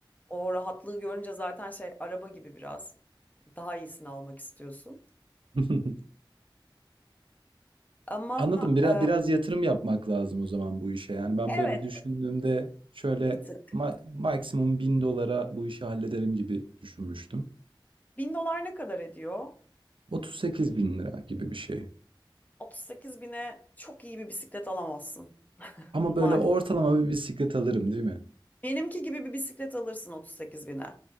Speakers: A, on the left (about 20°); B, on the right (about 80°).
A: O rahatlığı görünce zaten şey araba gibi biraz daha iyisini almak istiyorsun.
B: <laughs>
A: Ama
B: Anladım. Biraz,
A: e,
B: biraz yatırım yapmak lazım o zaman bu işe. Yani ben böyle
A: evet
B: düşündüğümde şöyle
A: bir tık.
B: ma- maksimum bin dolara bu işi hallederim gibi düşünmüştüm.
A: Bin dolar ne kadar ediyor?
B: 38 bin lira gibi bir şey.
A: 38 bine çok iyi bir bisiklet alamazsın
B: Ama
A: maalesef.
B: böyle ortalama bir bisiklet alırım değil mi?
A: Benimki gibi bir bisiklet alırsın 38 bine.